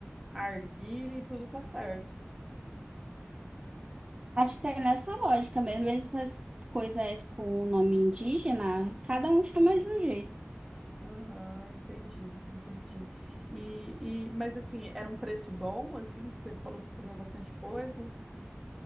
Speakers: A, in the centre; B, on the right.
A: arguile, tudo tá certo.
B: Acho que é nessa lógica mesmo. Essas coisas com o nome indígena, cada um chama de um jeito.
A: Aham, entendi, entendi. E, e, mas assim, era um preço bom, assim, que você falou que comeu bastante coisa?